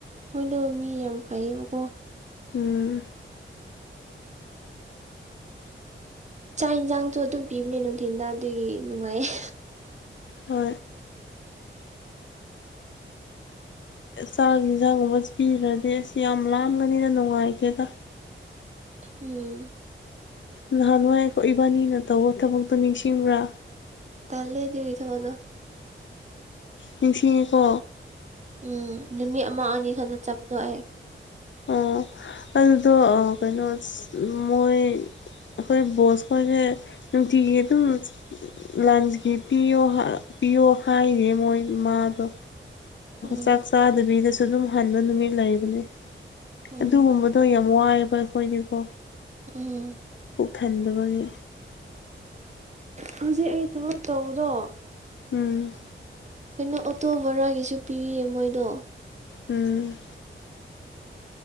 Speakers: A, on the right (about 35°); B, on the left (about 65°).
A: ꯃꯣꯏꯗꯣ ꯃꯤ ꯌꯥꯝ ꯐꯩꯌꯦꯕꯀꯣ
B: ꯎꯝ
A: ꯆꯥꯛ ꯌꯦꯟꯁꯥꯡꯁꯨ ꯑꯗꯨꯝ ꯄꯤꯕꯅꯦ ꯅꯨꯡꯊꯤꯟꯗ ꯑꯗꯨꯒꯤ ꯅꯨꯡꯉꯥꯏꯌꯦ
B: ꯍ ꯆꯥꯛꯒꯤ ꯌꯦꯟꯖꯥꯡꯒꯨꯝꯕꯁ ꯄꯤꯈ꯭ꯔꯗꯤ ꯑꯁ ꯌꯥꯝ ꯂꯥꯝꯒꯅꯤꯅ ꯅꯨꯡꯉꯥꯏꯇꯦꯗ
A: ꯎꯝ
B: ꯅꯍꯥꯟꯋꯥꯏꯣ ꯏꯕꯥꯅꯤꯅ ꯇꯧꯕ ꯊꯕꯛꯇꯣ ꯅꯤꯡꯁꯤꯡꯕ꯭ꯔꯥ
A: ꯇꯥꯦ ꯌ ꯊꯕꯗꯣ
B: ꯅꯤꯡꯁꯤꯡꯉꯦꯀꯣ
A: ꯎꯝ ꯅꯨꯃꯤꯠ ꯑꯃ ꯑꯅꯤ ꯈꯛꯇ ꯆꯠꯄꯗꯣ ꯑꯩꯦ
B: ꯑꯣ ꯑꯗꯨꯗꯣ ꯀꯩꯅꯣ ꯃꯣꯏ ꯑꯩꯈꯣꯏ ꯕꯣꯁ ꯈꯣꯏꯁꯦ ꯅꯨꯡꯇꯤꯒꯤ ꯑꯗꯨꯝ ꯂꯟꯁꯀꯤ ꯄꯤꯌꯣ ꯄꯤꯌꯣ ꯍꯥꯏꯔ ꯃꯣꯏ ꯃꯥꯗꯣ
A: ꯎꯝ
B: ꯆꯥꯛ ꯆꯥꯗꯕꯤꯗꯁꯨ ꯑꯗꯨꯝ ꯍꯟꯕ ꯅꯨꯃꯤꯠ ꯂꯩꯕꯅꯦ
A: ꯎꯝ
B: ꯑꯗꯨꯒꯨꯝꯕꯗꯣ ꯌꯥꯝ ꯋꯥꯏꯑꯦꯕ ꯑꯩꯈꯣꯏꯗꯤꯀꯣ
A: ꯎꯝ
B: ꯄꯨꯣꯛꯍꯟꯗꯕꯒꯤ
A: ꯍꯧꯖꯤꯛ ꯑꯩ ꯊꯕꯛ ꯇꯧꯕꯗꯣ
B: ꯎꯝ
A: ꯀꯩꯅꯣ ꯑꯣꯇꯣ ꯕꯔꯥꯒꯤꯁꯨ ꯄꯤꯔꯤꯌꯦ ꯃꯣꯏꯗꯣ
B: ꯎꯝ